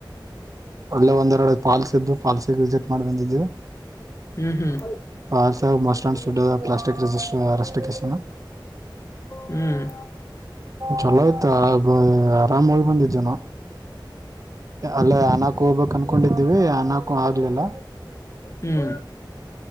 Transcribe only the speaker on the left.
ಹ್ಮ್ ಹ್ಮ್
ಹ್ಮ್
ಹ್ಮ್